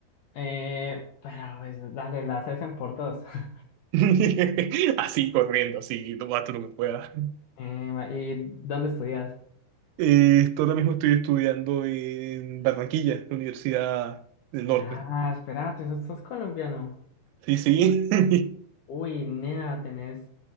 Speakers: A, on the left; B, on the right.
A: eh, pero pues dale, las hacen por dos. <laughs>
B: <laughs> Así corriendo, así lo más lo que pueda.
A: Eh, va- ¿y dónde estudias?
B: Eh, esto ahora mismo estoy estudiando en Barranquilla, la Universidad del Norte.
A: Ah, espérate, ¿sos, sos colombiano?
B: Sí, sí. <laughs>
A: Uy, nea, tenés,